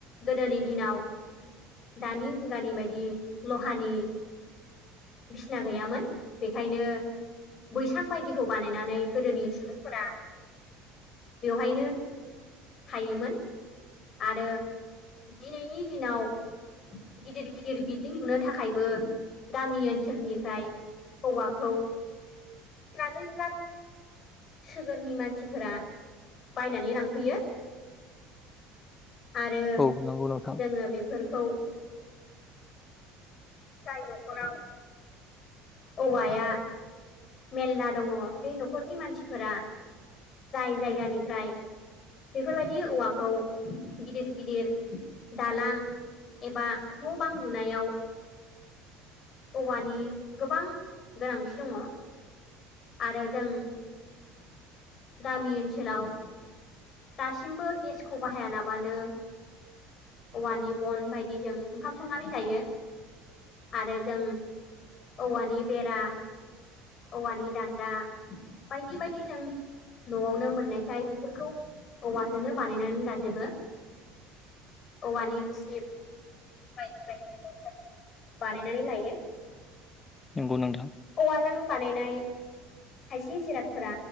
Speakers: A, on the left; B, on the left.
A: गोदोनि दिनाव दानि मुगानि बायदि लहानि बिसिना गैयामोन बेखायनो बैसां बायदिखौ बानायनानै गोदोनि सुबुंफोरा बेवहायनो थायोमोन आरो दिनैनि दिनाव गिदिर गिदिर बिल्दिं लुनो थाखायबो गामि ओनसोलनिफ्राय औवाखौ ट्राकै ट्राक सगोरनि मानसिफोरा बायनानै लांफैयो <inaudible> आरो
B: औ नंगौ नोंथां
A: जोङो बेफोरखौ जाय न'खराव औवाया मेरला दङ बे न'खरनि मानसिफोरा जाय जायगानिफ्राय बेफोरबायदि औवाखौ गिदिर गिदिर दालां एबा न' बां लुनायाव औवानि गोबां गोनांथि दङ आरो जों गामि ओनसोलाव दासिमबो गेसखौ बाहाया लाबानो औवानि बन बायदि जजों ओंखाम संनानै जायो आरो जों औवानि बेरा औवानि दान्दा बायदि बायदि जों न'आवनो मोननायखाय बेफोरखौ औवाजोंनो बानायनानै लाजोबो औवानि बाय बाय बानायनानैनानै लायो
B: नंगौ नोंथां
A: औवाजों बानायनाय खायसे जिरादफोरा